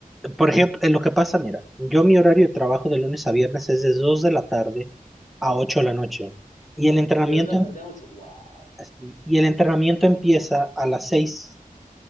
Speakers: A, in the centre; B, on the left (about 60°).
A: Por ejemplo, eh, lo que pasa, mira, yo mi horario de trabajo de lunes a viernes es de 2 de la tarde a ocho de la noche y el entrenamiento,
B: De 2 de la
A: em-
B: tarde a ocho Wow.
A: así, y el entrenamiento empieza a las 6